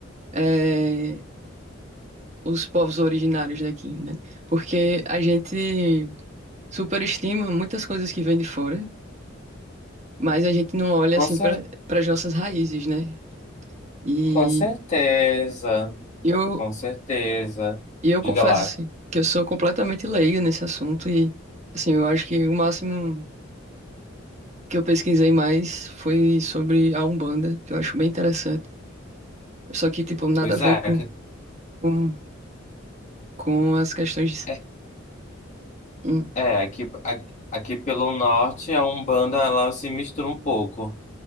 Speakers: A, on the right (about 35°); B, on the left (about 35°).
A: eh, os povos originários daqui, né? Porque a gente superestima muitas coisas que vêm de fora, mas a gente não olha assim
B: Com
A: para
B: cer
A: para as nossas raízes, né? E
B: com certeza,
A: eu,
B: com certeza.
A: e eu
B: Diga
A: confesso
B: lá.
A: assim, que eu sou completamente leiga nesse assunto e assim, eu acho que o máximo. que eu pesquisei mais foi sobre a Umbanda, que eu acho bem interessante. Só que, tipo, nada
B: Pois
A: a ver
B: é,
A: com,
B: aqui,
A: com, com as questões de...
B: é,
A: hum,
B: é, aqui, a- aqui pelo norte a Umbanda ela se mistura um pouco.